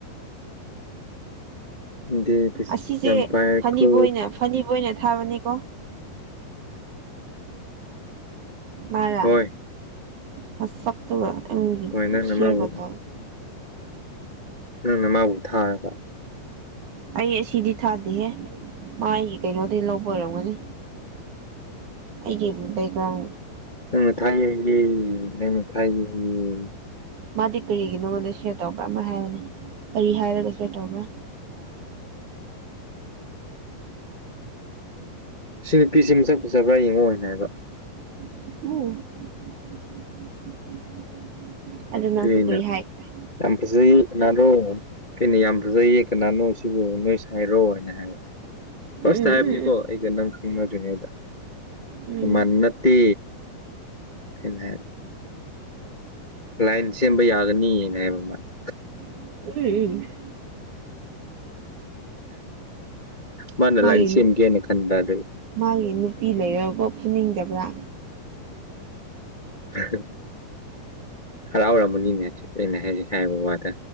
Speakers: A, on the left; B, on the right.
A: ꯅꯪꯗꯤ ꯄꯩꯁ
B: ꯑꯁꯤꯁꯦ
A: ꯌꯥꯝ ꯄꯥꯏꯔꯦꯀꯣ
B: ꯐꯅꯤꯕꯣꯏꯅ ꯐꯅꯤꯕꯣꯏꯅ ꯊꯥꯕꯅꯤꯀꯣ꯫ ꯃꯔꯥ
A: ꯍꯣꯏ
B: ꯃꯁꯛꯇꯨꯒ ꯑꯩꯒꯤ
A: ꯍꯣꯏ ꯅꯪꯅ
B: ꯁ꯭ꯌꯦꯔ
A: ꯃꯥꯕꯨ
B: ꯒ ꯇꯧꯌꯦ
A: ꯅꯪꯅ ꯃꯥꯕꯨ ꯊꯥꯔꯒ꯫
B: ꯑꯩ ꯑꯁꯤꯗꯤ ꯊꯥꯗꯦꯍꯦ ꯃꯥ ꯑꯩꯒꯤ ꯀꯩꯅꯣꯗꯩ ꯂꯧꯕ ꯑꯣꯏꯔꯝꯒꯅꯤ꯫ ꯑꯩꯒꯤ ꯕꯦꯛꯒ꯭ꯔꯥꯎꯟ
A: <unintelligible>
B: ꯃꯥꯗꯤ ꯀꯔꯤꯒꯤ ꯅꯉꯣꯟꯗ ꯁꯤꯌꯔ ꯇꯧꯕ꯭ꯔꯥ ꯑꯃ ꯍꯥꯏꯕꯅꯦ ꯀꯔꯤ ꯍꯥꯏꯔꯒ ꯁꯤꯌꯔ ꯇꯧꯕ꯭ꯔꯥ
A: ꯁꯤ ꯅꯨꯄꯤꯁꯤ ꯃꯁꯛ ꯐꯖꯥꯕ꯭ꯔꯥ ꯌꯦꯡꯉꯣꯅ ꯍꯥꯏꯕ
B: <inaudible> ꯅꯪꯁꯨ
A: ꯗꯨꯏ ꯑꯩꯅ
B: ꯀꯔꯤ ꯍꯥꯏꯈ꯭ꯔꯦ
A: ꯌꯥꯝ ꯐꯖꯩ <unintelligible> ꯑꯩꯅ ꯌꯥꯝ ꯐꯖꯩꯌꯦ ꯀꯅꯥꯅꯣ ꯁꯤꯕꯨ ꯅꯣꯏꯁ ꯁꯥꯏꯔꯣ ꯍꯥꯏꯅ ꯍꯥꯏꯕ ꯐꯥꯔꯁꯇ
B: ꯎꯝ
A: ꯍꯥꯏꯕꯅꯤꯀꯣ
B: ꯎꯝ ꯎꯝ
A: ꯑꯩꯒ ꯅꯪ ꯈꯪꯅꯗ꯭ꯔꯤꯉꯩꯗ
B: ꯎꯝ
A: ꯑꯗꯨꯃꯥꯟ ꯅꯠꯇꯦ ꯍꯥꯏꯅ ꯍꯥꯏꯕ ꯂꯥꯏꯟ ꯁꯦꯝꯕ ꯌꯥꯒꯅꯤ ꯍꯥꯏꯕ ꯃꯥꯂ
B: <unintelligible>
A: ꯃꯥꯅ
B: ꯃꯥꯒꯤ
A: ꯂꯥꯏꯟ ꯁꯦꯝꯒꯦꯅ ꯈꯟꯕ ꯑꯗꯨꯒꯤ
B: ꯃꯥꯒꯤ ꯅꯨꯄꯤ ꯂꯩꯔꯒꯥꯀꯣ ꯐꯨꯅꯤꯡꯗꯕ꯭ꯔꯥ꯫
A: ꯍꯥ ꯍꯔꯥꯎꯔꯝꯃꯅꯤꯅꯦ ꯍꯧꯖꯤꯛꯇꯤ ꯑꯩꯅ ꯍꯥꯏꯖꯤ ꯍꯥꯏꯕ ꯋꯥꯗ